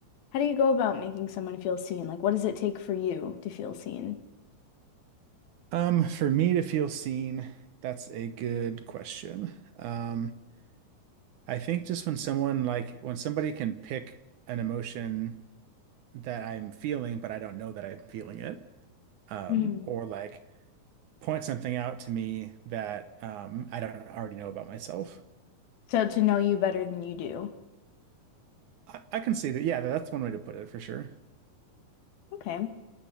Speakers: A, on the left; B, on the right.
A: how do you go about making someone feel seen? Like, what does it take for you to feel seen?
B: um, for me to feel seen, that's a good question. Um, I think just when someone like when somebody can pick an emotion that I'm feeling, but I don't know that I'm feeling it, um,
A: Hmm.
B: or like point something out to me that um I don't already know about myself.
A: So to know you better than you do.
B: I, I can see that. Yeah, that's one way to put it for sure.
A: Okay.